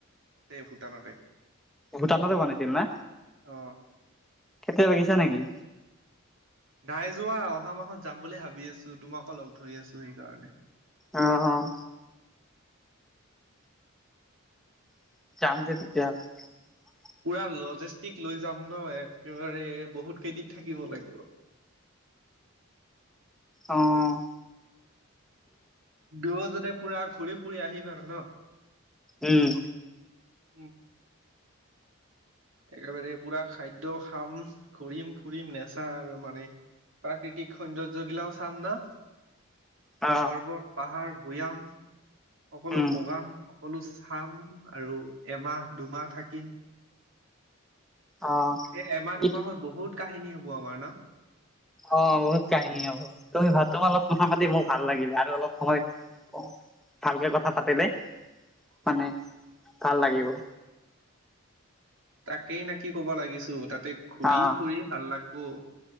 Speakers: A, on the right; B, in the centre.
A: ভুটানতে,
B: ভূটানটো বনাইছিল না,
A: অ
B: কেতিয়া লাগিছে নেকি?
A: নাই যোৱা অহা মাহত যাম বুলি ভাবি আছো তোমাকো লগ ধৰি আছো সেইকাৰণে
B: অহ-অহ, <unintelligible>
A: পুৰা লজিষ্টিক লৈ যাম ন একেবাৰে বহুত কেইদিন থাকিব লাগিব।
B: অ',
A: দুয়োজনে পুৰা ঘূৰি ফুৰি আহিম আৰু নহ।
B: উম।
A: উম। একেবাৰে পুৰা খাদ্যয় খাম ঘূৰিম ফুৰিম নেচা আৰু মানে প্ৰাকৃতিক সৌন্দ্য গিলাও চাম ন।
B: অ
A: পৰ্বত পাহাৰ ভূয়াম সকলো
B: উম
A: বগান। সকলো চাম আৰু এমাহ দুমাহ থাকিম।
B: অ
A: এ -এমাহ দুমাহত
B: ই
A: বহুত কাহিনী হ'ব আমাৰ ন।
B: অ, বহুত কাহিনী আৰু তুমি ভ তোমাৰ লগত কথা পাতি মোক ভাল লাগিলে আৰু অলপ সময় অ ভালকে কথা পাতিলে মানে ভাল লাগিব।
A: তাকেই নে কি ক'ব লাগিছো তাতে ঘুৰি
B: অ
A: ফুৰি ভাল লাগ। অ।